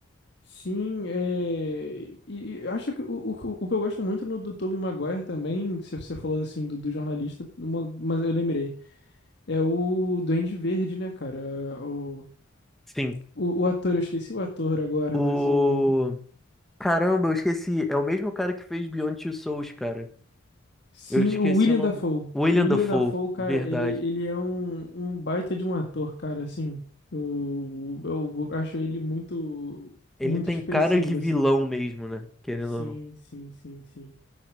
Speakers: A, on the left; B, in the centre.
A: Sim, é, e, e acho que o, o, que eu- o que eu gosto muito no, do Tobey Maguire também, que você você falou assim do, do jornalista, uma- mas eu lembrei, é o Duende Verde, né, cara? O,
B: Sim.
A: o, o ator, eu esqueci o ator agora,
B: O.
A: mas o
B: Caramba, eu esqueci. É o mesmo cara que fez Beyond Two Souls, cara.
A: Sim,
B: Eu esqueci
A: o William
B: o nome.
A: Dafoe.
B: William
A: O William
B: Dafoe,
A: Dafoe, cara,
B: verdade.
A: ele, ele é um, um baita de um ator, cara, assim. Eu, eu acho ele muito,
B: Ele
A: muito
B: tem
A: expressivo,
B: cara de vilão
A: assim.
B: mesmo, né? Querendo
A: Sim,
B: ou não.
A: sim, sim, sim.